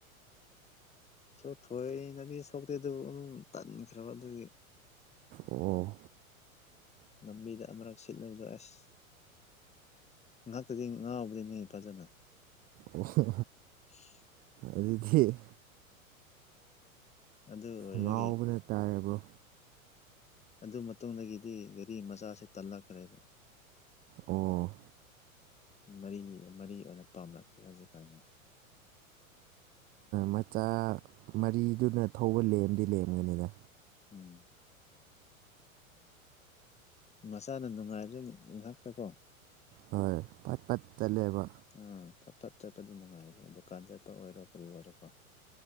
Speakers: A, on the left (about 15°); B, on the right (about 20°).
A: ꯁꯣꯛꯊꯣꯏꯅꯗꯤ ꯁꯣꯛꯇꯦ ꯑꯗꯨꯕꯨ ꯑꯗꯨꯝ ꯇꯟꯈ꯭ꯔꯕ ꯑꯗꯨꯒꯤ
B: ꯑꯣ
A: ꯂꯝꯕꯤꯗ ꯑꯃꯔꯛ ꯁꯤꯠꯂꯕꯗ ꯑꯁ ꯉꯥꯏꯍꯥꯛꯇꯗꯤ ꯉꯥꯎꯕꯗꯤꯅꯤ ꯐꯖꯅ
B: ꯑꯣ
A: <unintelligible>
B: ꯑꯗꯨꯗꯤ
A: ꯑꯗꯨ ꯑꯣꯏꯕꯒꯤ
B: ꯉꯥꯎꯕꯅ ꯇꯥꯔꯦ ꯕ꯭ꯔꯣ
A: ꯑꯗꯨ ꯃꯇꯨꯡꯗꯒꯤꯗꯤ ꯒꯥꯔꯤ ꯃꯆꯥꯁꯦ ꯇꯜꯂꯛꯈ꯭ꯔꯦꯕ
B: ꯑꯣ
A: ꯃꯔꯤ ꯃꯔꯤ ꯑꯣꯏꯅ ꯄꯥꯝꯅꯛꯀ ꯍꯧꯖꯤꯛ ꯀꯥꯟꯗ
B: ꯃꯆꯥ ꯃꯔꯤꯗꯨꯅ ꯊꯧꯕ ꯂꯦꯝꯗꯤ ꯂꯦꯝꯒꯅꯤꯗ
A: ꯎꯝ ꯃꯆꯥꯅ ꯅꯨꯡꯉꯥꯏꯕ ꯉꯥꯛꯇ ꯀꯣ
B: ꯍꯣꯏ ꯄꯠ ꯄꯠ ꯆꯠꯂꯦꯕ
A: ꯎꯝ ꯐꯠ ꯐꯠ ꯆꯠꯄꯗꯣ ꯅꯨꯡꯉꯥꯏꯌꯦꯕꯣ ꯗꯨꯀꯥꯟ ꯆꯠꯄ ꯑꯣꯏꯔꯣ ꯀꯔꯤ ꯑꯣꯏꯔꯣꯀꯣ